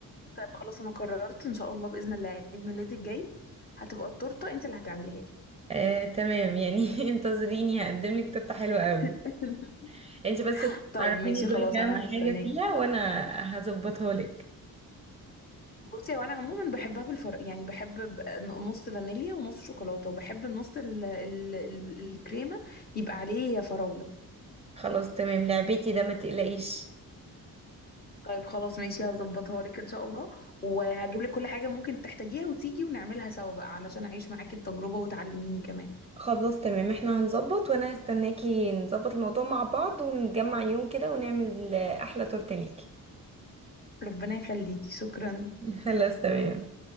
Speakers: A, on the left (about 25°); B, on the right (about 15°).
A: طيب خلاص انا قررت ان شاء الله باذن الله عيد ميلادي الجاي هتبقى التورته انت اللي هتعمليها لي
B: آه، تمام يعني <laughs> انتظريني هقدم لك تورته حلوه قوي
A: <laughs>
B: انت بس
A: طيب
B: عرفيني
A: ماشي
B: ذوقك
A: خلاص
B: اهم
A: انا
B: حاجه
A: هستناكي
B: فيها وانا هظبطها لك
A: بصي هو انا عموما بحبها بالفرق يعني بحب ب- نص فانيليا ونص شوكولاته وبحب النص ال... ال... ال... الكريمه يبقى عليه فراوله
B: خلاص تمام لعبتي ده ما تقلقيش
A: طيب خلاص ماشي هظبطها لك ان شاء الله وهجيب لك كل حاجه ممكن تحتاجيها وتيجي ونعملها سوا بقى علشان اعيش معاكي التجربه وتعلميني كمان
B: خلاص تمام احنا هنظبط وانا هستناكي نظبط الموضوع مع بعض ونجمع يوم كده ونعمل آه، احلى تورته ليكي
A: ربنا يخليكي شكرا
B: <laughs> خلاص تمام